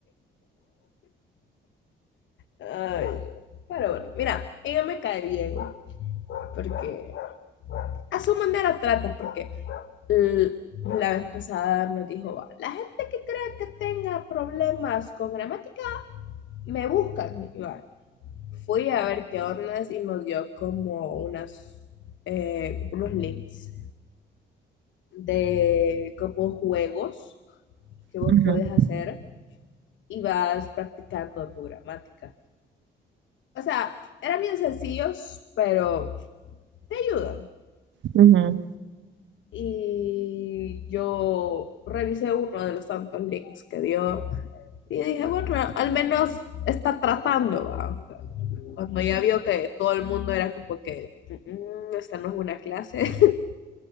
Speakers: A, on the left; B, on the right.
A: ay, no. Pero bueno, mira, ella me cae bien porque a su manera trata, porque L- La vez pasada nos dijo, va, la gente que crea que tenga problemas con gramática, me buscan. Y va, fui a ver qué ondas y nos dio como unas, eh, unos links de como juegos que vos
B: <laughs> Ujú,
A: puedes hacer y vas practicando tu gramática. O sea, eran bien sencillos, pero te ayudan.
B: ujú.
A: Y yo revisé uno de los tantos links que dio Y dije, bueno, al menos está tratando, ¿va? Cuando ya vio que todo el mundo era como que, "Mm, esta no es una clase, <laughs>